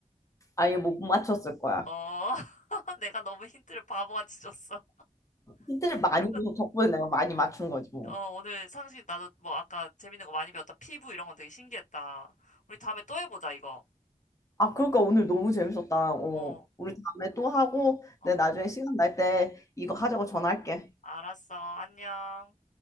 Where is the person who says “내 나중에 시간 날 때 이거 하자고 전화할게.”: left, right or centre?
Left